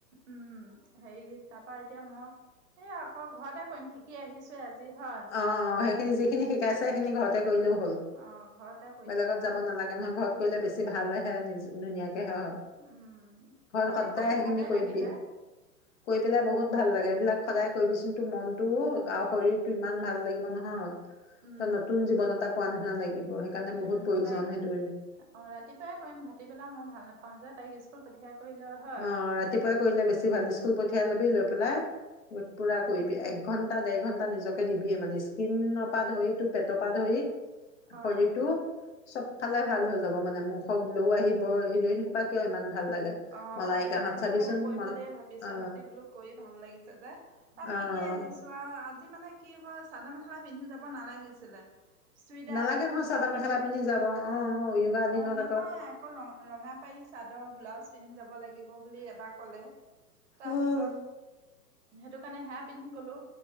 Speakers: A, on the right; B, on the left.
A: উম হেৰি তা পা এতিয়া মই এই আকৌ ঘৰতে কৰিম শিকি আহিছোয়ে আজি। হয়
B: অ অ সেইখিনি যিখিনি শিকাইছে। সেইখিনি ঘৰতে কৰিলেও হ'ল।
A: অ ঘৰতে কৰি
B: বেলেগত
A: থাকিম
B: যাব
A: আৰু
B: নালাগে নহয় ঘৰত কৰিলে বেছি ভালেহে, ধুনীয়াকে। এ' অহ
A: উম
B: ঘৰত
A: আজি
B: সদায়
A: কৰি
B: সেইখিনি
A: ভালে
B: কৰিবিয়ে
A: লাগিলে
B: কৈ পেলেই বহুত ভাল লাগে এইবিলাক। সদায় কৰিবিচোন তোৰ মনতটো আৰু শৰীৰ ইমান ভাল লাগিব নহয়।
A: উম
B: তাৰ নতুন জীৱন এটা পোৱা নিচিনা লাগিব। সেইকাৰণে
A: উম
B: বহুত প্ৰয়োজন
A: তাইক
B: সেইটো
A: অ ৰাতিপুৱাই কৰিম ভাঁতি পেলাই মই ভাল নাপাওঁ। পাওঁ যে তাক স্কুল পঠিয়াই। কৰিলে হয়।
B: অ ৰাতিপুৱাই কৰিলে বেছি ভাল স্কুল প পঠিয়াই লবি লৈ পেলাই। পুৰা কৰিবি এক ঘণ্টা টা দেৰ ঘন্টা নিজকে দিবিয়ে মানে, স্কিনৰ পৰা ধৰি টো পেটৰ পৰা ধৰি
A: অ
B: শৰীৰ টো। চবফালে ভাল হৈ যাব মানে মুখ গ্ল আহিব হেৰি খোপা কিয় ইমান। ভাল লাগে।
A: অ'
B: মলাইকাহঁত
A: সেয়াই সেইটো
B: চাবিচোন
A: কাৰণে কৰিম
B: মল
A: বুলিয়ে ভাবিছো।
B: অ
A: আজি বোলো কৰি ভাল লাগিছে যে তাত
B: অ
A: শিকি আহিছো আ আজি। মানে কি হয় চাদৰ মেখেলা পিন্ধি যাব নালাগিছিলে। চুইদাৰ
B: নালাগে
A: এযোৰ পিন্ধি
B: নহয় চাদৰ
A: যোৱা
B: মেখেলা
A: হয়ও
B: পিন্ধি যাব অ য়োগা দিনত
A: অ নহয় আকৌ ৰ ৰঙা পাৰি চাদৰ ব্লাউজ। পিন্ধি যাব লাগিব বুলি এবাৰ ক'লে। তাৰপিছত।
B: উম
A: সেইটো কাৰণে সেয়া পিন্ধি গলো।